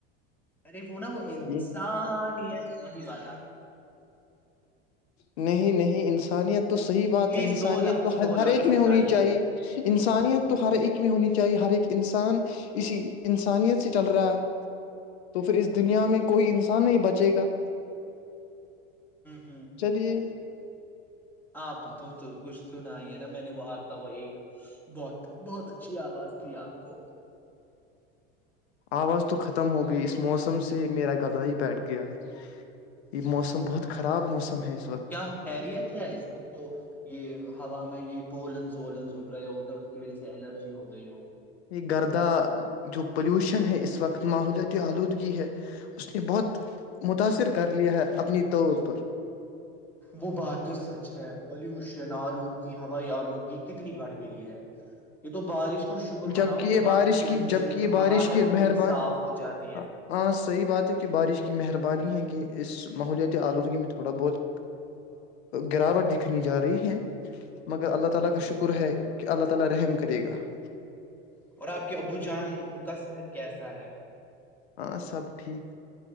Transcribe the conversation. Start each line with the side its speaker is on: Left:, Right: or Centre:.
Centre: ر وہو ن وہ انسا
Left: یہ
Centre: نت وہی والا
Left: نہیں نہیں انسانیت تو صحی بات
Centre: پلیز
Left: ہے انسانیت
Centre: دو لفظ
Left: تو
Centre: دو لفظ
Left: ہر ایک میں
Centre: سنائیے
Left: ہونی چاہیے انسانیت
Centre: ہوں
Left: تو ہر ایک میں ہونی چاہیے ہر ایک انسان اسی انسانیت سے چل رہا ہے تو پھر اس دنیا میں کوئی انسان نہیں بچے گا
Centre: ہوں
Left: چلیے
Centre: آپ تو کچھ سنا ہی ہے نا میں نے وہ آپ کا وہ ایک بہت بہت اچھی آواز تھی آپ کو
Left: آواز تو ختم ہو گئی اس موسم سے میرا گلا ہی بیٹھ گیا ہے یہ موسم بہت خراب موسم
Centre: کیوں
Left: ہے اس
Centre: کیوں
Left: وقت
Centre: کیا خیریت ہے اس وقت تو یہ ہوا میں یہ پولنس ونس اور ڈ رہے اور اس کی وجہ سے الرجی ہوگی گئی
Left: یہ گردہ جو پولیوشن ہے اس وقت ماحولیاتی آلودگی ہے اس نے بہت متاثر کر لیا ہے اپنی طور پر
Centre: وہ بات تو سچ ہے پلوشن آل اود کیی ہو ائی آلودگی کتنی بڑھ گئی ہے یہ تو بارش کا شکر مناؤ
Left: جبک یہ
Centre: کہ
Left: بارش کی
Centre: وجہ
Left: جبک
Centre: سے
Left: یہ
Centre: جو ہوا
Left: بارش
Centre: ہے
Left: کی
Centre: وہ تھوڑی
Left: مہربانی
Centre: صاف ہو جاتی ہے
Left: ہاں صحیح بات ہے کہ بارش کی مہربانی ہے اس ماحولیاتی آلودگی میں تھوڑا بہت گراوٹ دکھنی جا رہی ہے مگر اللہ ت تع کا
Centre: ہوں۔
Left: شکر ہے کہ اللہ تالی رحم کرے گا <inaudible>
Centre: اور آپ کے ابو جان ان کا صحت کیسا ہے
Left: ہاں سب ٹھیک